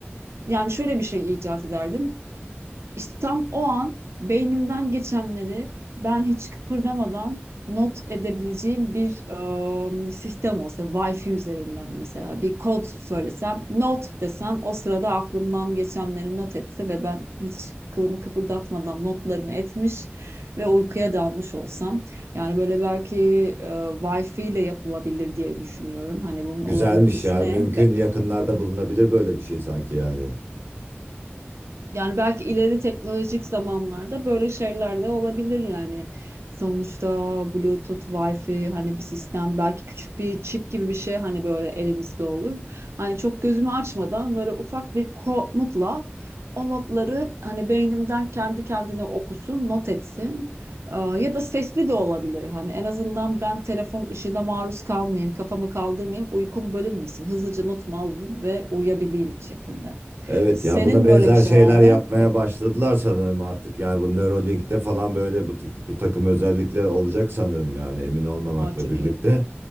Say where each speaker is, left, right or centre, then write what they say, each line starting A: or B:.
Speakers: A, on the right; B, on the right.
A: Yani şöyle bir şey icat ederdim. İşte tam o an beynimden geçenleri ben hiç kıpırdamadan not edebileceğim bir e, sistem olsa, Wi-Fi üzerinden mesela bir kod söylesem, not desem o sırada aklımdan geçenleri not etse ve ben hiç kılımı kıpırdatmadan notlarımı etmiş ve uykuya dalmış olsam. Yani böyle belki e, Wi-Fi ile yapılabilir diye düşünüyorum. Hani bunun
B: Güzelmiş
A: olabilitesi
B: ya.
A: ne?
B: Mümkün yakınlarda bulunabilir böyle bir şey sanki yani.
A: Yani belki ileri teknolojik zamanlarda böyle şeyler de olabilir yani. Sonuçta Bluetooth, Wi-Fi hani bir sistem belki küçük bir çip gibi bir şey hani böyle elimizde olur. Hani çok gözümü açmadan böyle ufak bir komutla o notları hani beynimden kendi kendine okusun, not etsin. Aa, Ya da sesli de olabilir. Hani en azından ben telefon ışığına maruz kalmayayım, kafamı kaldırmayayım, uykum bölünmesin. Hızlıca notumu alayım ve uyuyabileyim şeklinde.
B: Evet
A: Senin
B: ya buna benzer
A: böyle bir şey
B: şeyler
A: var mı?
B: yapmaya
A: Bak,
B: başladılar sanırım artık. Yani bu Neuralink'te falan böyle bu, bu takım özellikler olacak sanırım yani emin olmamakla
A: aa, çok
B: birlikte.
A: iyi.